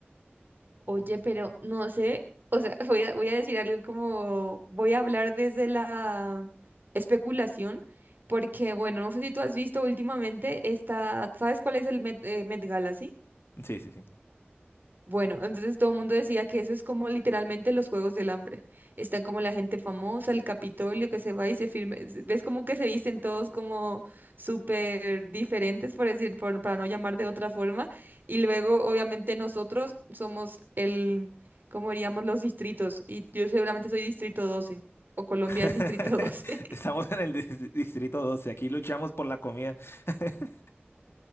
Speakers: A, on the right; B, on the left.
A: Oye, pero no sé, o sea, <laughs> voy a, voy a decir algo como, voy a hablar desde la especulación, porque bueno, no sé si tú has visto últimamente esta, ¿sabes cuál es el Met, eh, Met Gala, sí?
B: Sí, sí, sí.
A: Bueno, entonces todo el mundo decía que eso es como literalmente los Juegos del Hambre. Está como la gente famosa, el Capitolio que se va y se firme. se- Ves como que se visten todos como súper diferentes, por decir, por- para no llamar de otra forma. Y luego, obviamente, nosotros somos el, cómo diríamos, los distritos. Y yo seguramente soy distrito 12 o Colombia
B: <laughs>
A: es distrito <laughs> doce
B: Estamos en el dis- distrito doce aquí luchamos por la comida. <laughs>